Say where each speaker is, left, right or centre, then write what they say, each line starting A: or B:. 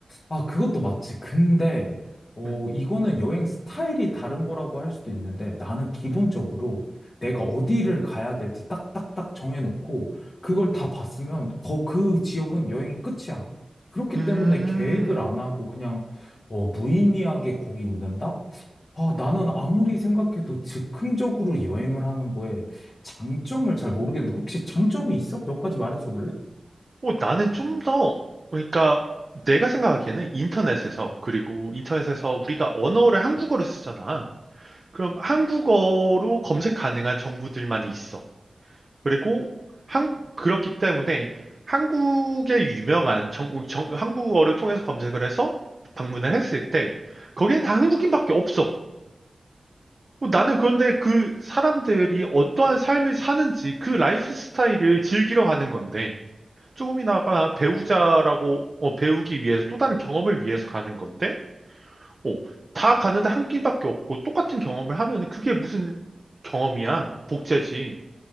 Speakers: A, on the left; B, on the right.
A: 아, 그것도 맞지. 근데, 어,
B: 음,
A: 이거는 여행 스타일이 다른 거라고 할 수도 있는데, 나는 기본적으로
B: 음.
A: 내가 어디를 가야 될지 딱딱딱 정해놓고, 그걸 다 봤으면, 거, 그 지역은 여행의 끝이야. 그렇기
B: 음.
A: 때문에 계획을 안 하고 그냥, 어, 무의미하게 거기 있는다? 아, 나는 아무리 생각해도 즉흥적으로 여행을 하는 거에 장점을 잘 모르겠는데, 혹시 장점이 있어? 몇 가지 말해줘 볼래?
B: 어, 나는 좀 더, 그러니까 내가 생각하기에는 인터넷에서, 그리고 인터넷에서 우리가 언어를 한국어를 쓰잖아. 그럼 한국어로 검색 가능한 정보들만이 있어. 그리고 한, 그렇기 때문에 한국의 유명한 정, 정, 한국어를 통해서 검색을 해서 방문을 했을 때 거기에 다 한국인밖에 없어. 어, 나는 그런데 그 사람들이 어떠한 삶을 사는지 그 라이프 스타일을 즐기러 가는 건데 조금이나마 배우자라고 어, 배우기 위해서 또 다른 경험을 위해서 가는 건데 어, 다 가는데 한국인밖에 없고 똑같은 경험을 하면 그게 무슨 경험이야 복제지